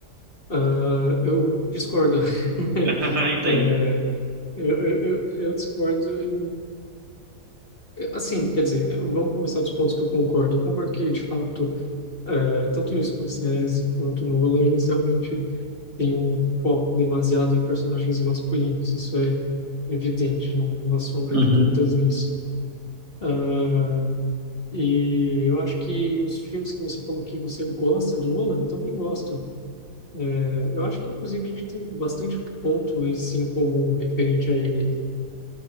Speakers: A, on the left; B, on the right.
A: Ah, eu discordo. <laughs>
B: <laughs> Entendo.
A: É, eu, eu, eu eu discordo em, em- assim, quer dizer, vamos começar dos pontos que eu concordo. Eu concordo que, de fato, é, tanto o Scorsese quanto o Nolan, eles realmente têm um foco demasiado em personagens masculinos. Isso é evidente, não, não há sombra
B: Uhum,
A: de dúvidas nisso. Ah, e eu acho que os filmes que você falou que você gosta do Nolan, eu também gosto. É, eu acho que, inclusive, a gente tem bastante ponto em si em comum referente a ele.